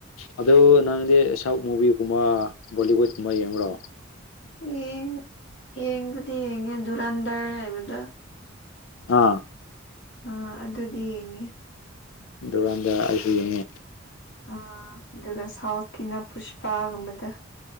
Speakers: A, on the left; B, on the left.
A: ꯑꯗꯨ ꯅꯪꯗꯤ ꯁꯥꯎꯠ ꯃꯨꯚꯤꯒꯨꯝꯕ ꯕꯣꯂꯤꯋꯨꯠꯀꯨꯝꯕ ꯌꯦꯡꯕꯔꯣ꯫
B: ꯌꯦꯡ ꯌꯦꯡꯕꯨꯗꯤ ꯌꯦꯡꯉꯦ ꯗꯨꯨꯔꯟꯗꯔ ꯍꯥꯏꯕꯗꯣ꯫
A: ꯑꯥ꯫
B: ꯑ ꯑꯗꯨꯗꯤ ꯌꯦꯡꯉꯦ꯫
A: ꯗꯨꯔꯥꯟꯗꯔ ꯑꯩꯁꯨ ꯌꯦꯡ ꯑꯥ
B: ꯑ ꯑꯗꯨꯒ ꯁꯥꯎꯠꯀꯤꯅ ꯄꯨꯁꯄꯥꯒꯨꯝꯕꯗ꯫